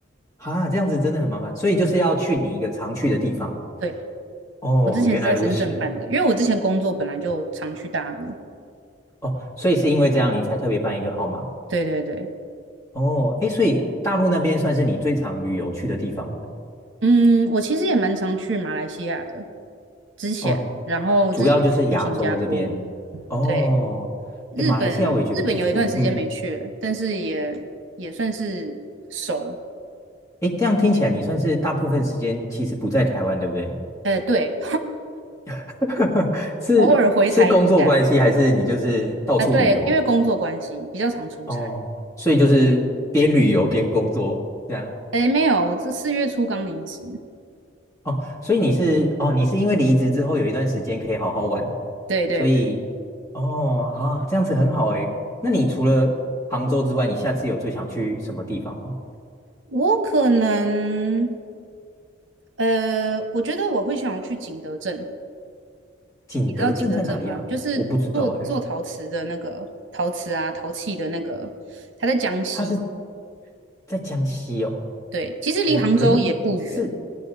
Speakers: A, on the left; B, on the right.
A: 哈，这样子真的很麻烦，所以就是要去你一个常去的地方。
B: 对，
A: 哦，
B: 我之前是在深圳办的，
A: 原来如此。
B: 因为我之前工作本来就常去大陆。
A: 哦，所以是因为这样你才特别办一个号码。
B: 对对对，
A: 哦，诶，所以大陆那边算是你最常旅游去的地方。
B: 嗯，我其实也蛮常去马来西亚的，之前，
A: 哦，
B: 然后之前有去新加坡。
A: 主要就是亚洲这边。哦，
B: 对，日本日本有一段时间没去了，
A: 诶，马来西亚我也觉得不错。嗯，
B: 但是也也算是熟。
A: 哎，这样听起来你算是大部分时间其实不在台湾，对不对？
B: 呃，对，
A: <laughs> 是是工作关系，
B: 偶尔回台一下
A: 还是你就是到处旅游？
B: 啊，对，因为工作关系比较常出差。
A: 哦，所以就是边旅游边工作这样。
B: 哎，没有，这四月初刚离职。
A: 哦，所以你是哦，你是因为离职之后有一段时间可以好好玩，
B: 对对对，
A: 所以哦，好、啊，这样子很好哎。那你除了杭州之外，你下次有最想去什么地方吗？
B: 我可能，呃，我觉得我会想去景德镇。
A: 景德镇在哪里啊？
B: 你知道景德镇吗？就是做做陶瓷的那个陶瓷啊，
A: 我不知道哎，
B: 陶器的那个，它在江西。
A: 它是在江西哦。
B: 对，其实离杭州也不远，
A: 哦，可是是